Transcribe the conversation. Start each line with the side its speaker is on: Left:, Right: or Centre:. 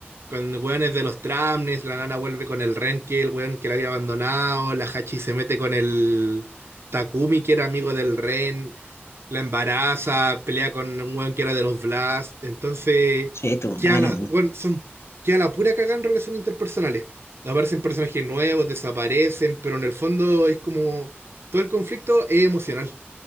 Right: con weones de los tramnes, la nana vuelve con el Ren, que es el weón que la había abandonado, la Hachi se mete con el Takumi, que era amigo del Ren, la embaraza, pelea con un weón que era de los Blast, entonces
Left: Che, tu
Right: queda
Left: madre.
Right: la,
Left: weón.
Right: weón, son, queda la pura cagada en relaciones interpersonales. Aparecen personajes nuevos, desaparecen, pero en el fondo es como todo el conflicto es emocional.